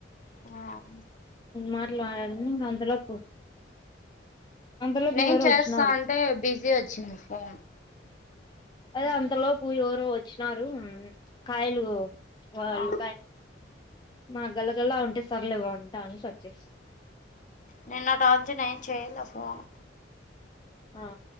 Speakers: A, on the left; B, on the left.
A: నువ్వాం
B: మాటలు మాట్లాడింది ఇంక అంతలోపు అంతలోపు
A: నేన్
B: ఎవరో
A: చేస్తా
B: వచ్చినారు
A: అంటే బిజీ వచ్చింది ఫోన్
B: అదే అంత లోపుఎవరో వచ్చు <unintelligible> కాయలు వాళ్ళు
A: ఆ
B: మా గళగల్లా వుంటే సార్లేవ ఉంటా అని కట్ జేస్తి
A: నిన్న టాజన్ ఎమ్ చేయలే ఫోను
B: ఆ